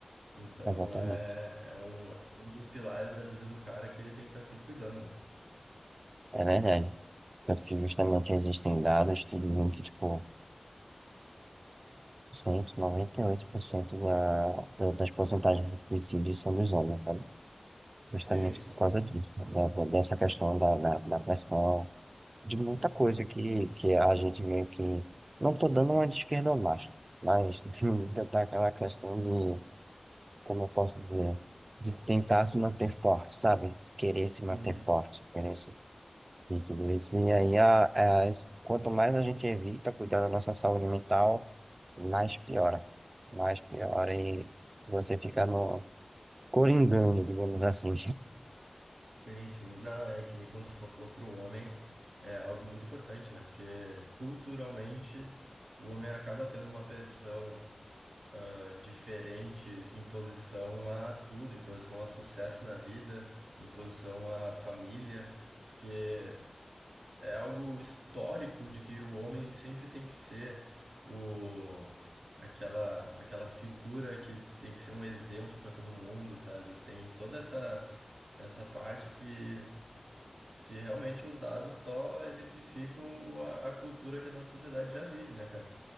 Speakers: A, on the right; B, on the right.
A: Então
B: exatamente.
A: é, é um, é um dos pilares da vida do cara que ele tem que estar sempre cuidando, né?
B: É verdade. Tanto que justamente existem dados que dizem que, tipo, 90%, 98% da, da, das porcentagens de suicídio são dos homens, sabe? Justamente
A: Sim, sim.
B: por causa disso, da, da- dessa questão da, da, da pressão, de muita coisa que, que a gente meio que. Não tô dando uma de esquerda macho, mas <laughs> da- daquela questão de, como eu posso dizer, de tentar se manter forte, sabe? Querer se manter
A: Uhum.
B: forte, querer e tudo isso. E aí, a, a- es- quanto mais a gente evita cuidar da nossa saúde mental, mais piora. Mais piora e você fica no coringando, digamos assim.
A: Sim, sim. Não, é que nem quando tu falou pro homem, é algo muito importante, né? Porque culturalmente o homem acaba tendo uma pressão eh, diferente em posição a tudo, em posição a sucesso na vida, em posição à família, porque é algo histórico de que o homem sempre tem que ser o aquela aquela figura que tem que ser um exemplo para todo mundo, sabe? Tem toda essa essa parte que que realmente os dados só exemplificam o- a, a cultura que a nossa sociedade já vive, né, cara?